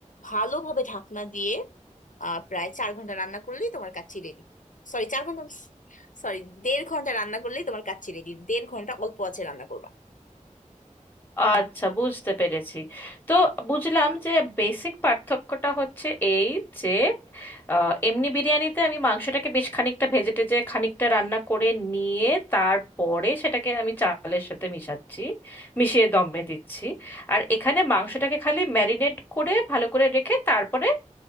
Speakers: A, on the left; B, on the left.
A: ভালোভাবে ঢাকনা দিয়ে আহ প্রায় চার ঘন্টা রান্না করলেই তোমার কাচ্চি রেডি সরি চার ঘন্টা সরি দেড় ঘন্টা রান্না করলেই তোমার কাচ্চি রেডি দেড় ঘন্টা অল্প আছে রান্না করবা
B: আচ্ছা বুঝতে পেরেছি তো বুঝলাম যে বেসিক পার্থক্যটা হচ্ছে এই যে আহ, এমনি বিরিয়ানিতে আমি মাংসটাকে বেশ খানিকটা ভেজে টেজে খানিকটা রান্না করে নিয়ে তারপরে সেটাকে আমি চালের সাথে মিশাচ্ছি মিশিয়ে দমে দিচ্ছি আর এখানে মাংসটাকে খালি ম্যারিনেট করে ভালো করে রেখে তারপরে